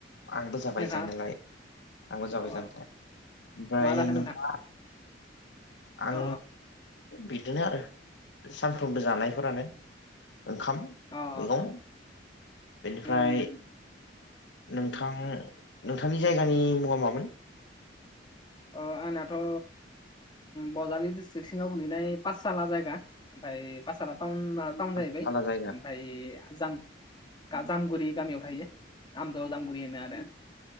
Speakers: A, on the left; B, on the left.
A: आंबो जाबाय
B: नोंथाङा
A: जानायलाय आंबो जाबाय
B: अ
A: जानायलाय ओमफ्राय
B: मा जाखो
A: नोंथाङा आं
B: अ
A: बिदिनो आरो सानफ्रोमबो जानायफोरानो ओंखाम
B: अ
A: मैगं बेनिफ्राय
B: उम
A: नोंथां नोंथांनि जायगानि मुङा मामोन
B: ओ आंनाथ' बजालि डिस्ट्रिक सिङाव गोग्लैनाय पाठसाला जायगा ओमफ्राय पासाला टाउना टाउन जाहैबाय
A: थाला जायगा
B: ओमफाय जाम जामगुरि गामियाव थायो आमद जामगुरि होनो आरो